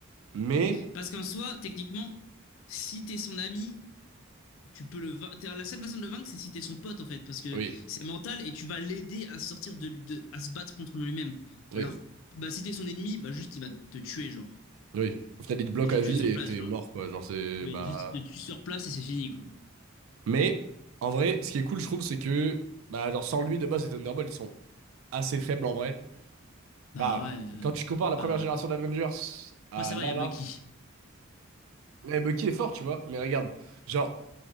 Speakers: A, on the right (about 75°); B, on the left (about 70°).
A: Mais,
B: Parce qu'en soi, techniquement, si t'es son ami, tu peux le vain- La seule façon de le vaincre, c'est si t'es son pote, en fait. Parce que
A: oui,
B: c'est mental et tu vas l'aider à sortir de, de- à se battre contre lui-même.
A: oui,
B: Alors, bah, si t'es son ennemi, bah, juste, il va te tuer, genre.
A: oui. Au final, il te bloque
B: Je te
A: à
B: tuer
A: vie
B: sur
A: et
B: place,
A: t'es
B: genre.
A: mort, quoi. Genre, c'est.
B: Oui,
A: Bah.
B: juste, il te tue sur place et c'est fini, quoi.
A: Mais, en vrai, ce qui est cool, je trouve, c'est que. Bah, genre, sans lui, de base, les Thunderbolts ils sont assez faibles, en vrai.
B: Bah
A: Bah,
B: ouais. euh,
A: quand tu compares la
B: bah...
A: première génération d'Avengers à
B: Après, ça va,
A: là,
B: il y a
A: là.
B: Bucky.
A: Mais Bucky est fort, tu vois. Mais regarde, genre.